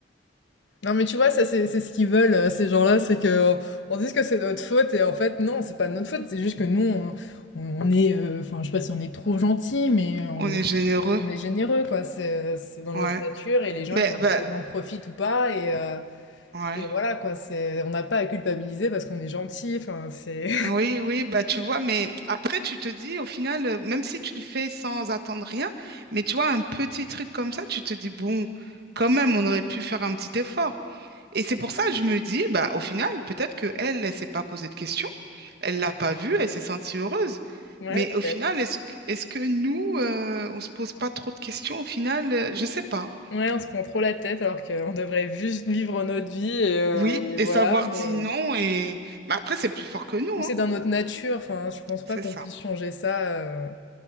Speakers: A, on the left (about 70°); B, on the right (about 55°).
A: Non mais tu vois, ça c'est c'est ce qu'ils veulent, euh, ces gens-là, c'est que euh, on dise que c'est notre faute et en fait non, c'est pas notre faute, c'est juste que nous on, on- on est, euh, enfin je sais pas si on est trop gentil, mais on,
B: On est généreux.
A: on est généreux quoi, c'est c'est dans
B: Ouais.
A: notre nature et les gens
B: Mais
A: ils en,
B: bah
A: ils en profitent ou pas et, euh,
B: ouais.
A: et voilà quoi, c'est on n'a pas à culpabiliser parce qu'on est gentil, enfin c'est
B: Oui, oui, bah tu vois, mais après tu te dis au final, euh, même si tu le fais sans attendre rien, mais tu vois, un petit truc comme ça, tu te dis, bon, quand même, on aurait pu faire un petit effort. Et c'est pour ça que je me dis, bah au final, peut-être que elle, elle s'est pas posée de questions, elle l'a pas vu, elle s'est sentie heureuse.
A: <laughs> ouais
B: Mais
A: peut-être.
B: au final, est-ce, que- est-ce que nous, euh, on se pose pas trop de questions au final? euh, je sais pas.
A: Ouais, on se prend trop la tête alors qu'on devrait juste vivre notre vie et, euh,
B: Oui,
A: et voilà,
B: et savoir dire
A: mais, euh,
B: non, et mais après, c'est plus fort que nous,
A: mais c'est
B: hein.
A: dans notre nature, enfin je pense
B: C'est
A: pas qu'on
B: ça.
A: puisse changer ça. euh,